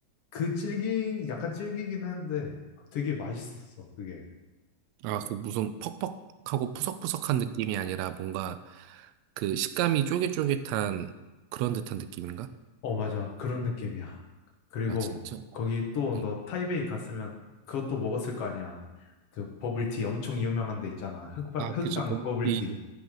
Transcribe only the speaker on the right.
아, 그 무슨 퍽퍽하고 푸석푸석한 느낌이 아니라 뭔가 그 식감이 쫄깃쫄깃한 그런 듯한 느낌인가?
아, 진짜?
어.
아,
그치, 버블티,